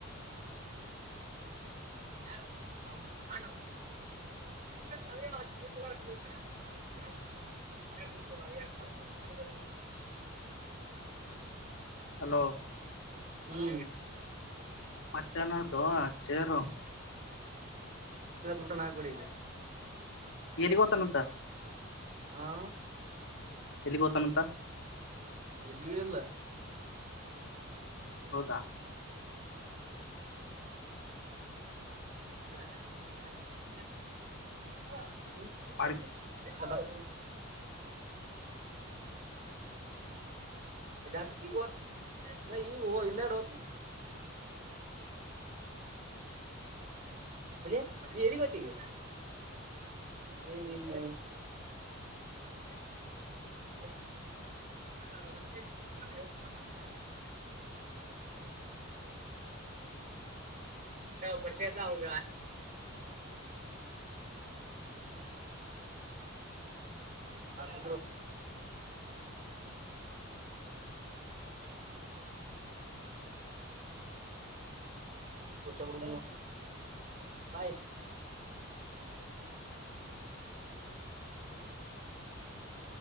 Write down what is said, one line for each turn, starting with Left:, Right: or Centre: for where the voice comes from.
Right: ಯೂಡ ಮ ಮು ಮ
Left: ಹಲೋ
Right: <unintelligible> ಹ್ಮ್
Left: ಮತ್ತೇನೋಡ್ದು ಚೇರು
Right: ಊಟ ಆಗ್ಬಡಿ
Left: ಏರಿಗೋತಾನಂತ
Right: ಹಾ
Left: ಎಲ್ಲಿ ಹತಾನಂತ
Right: ಎಲ್ಲಿಗಲ್ಲ
Left: ಹೌದಾ
Right: ಾಯ ಹ ಹ್ಮಞ
Left: ಮಾಡ್ಕ
Right: <unintelligible> ಚತಗತ್ತು ನ ಈ ಇಲ್ಲಡು ಅದೇ ನೀ ಎಲ್ಲಿ ಗೊತ್ತಗ ಹ್ಮ ನಿಮ್ದ ಮ ಪರಿಚಯ ಅವ ಆಯ ಕುಷಪ ಬಾಯ